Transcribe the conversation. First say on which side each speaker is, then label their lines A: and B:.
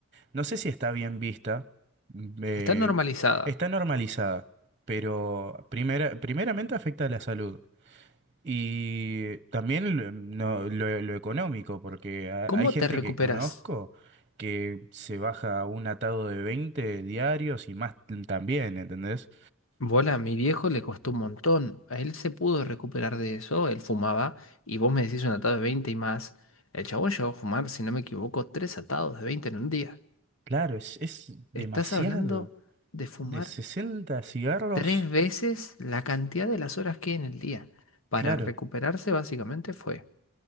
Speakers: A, on the right; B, on the left.
A: No sé si está bien vista, mm, eh,
B: Está normalizada.
A: está normalizada, pero primera- primeramente afecta a la salud y también lo, mm, no- lo- lo económico, porque ha-
B: ¿Cómo
A: hay gente
B: te recuperas?
A: que conozco que se baja un atado de 20 diarios y más t- también, ¿entendés?
B: Bola, a mi viejo le costó un montón. A él se pudo recuperar de eso, él fumaba, y vos me decís un atado de 20 y más. El chabón llegó a fumar, si no me equivoco, tres atados de 20 en un día.
A: Claro, es, es demasiado.
B: Estás hablando de fumar
A: De 60 cigarros,
B: tres veces la cantidad de las horas que hay en el día. Para
A: claro,
B: recuperarse básicamente fue,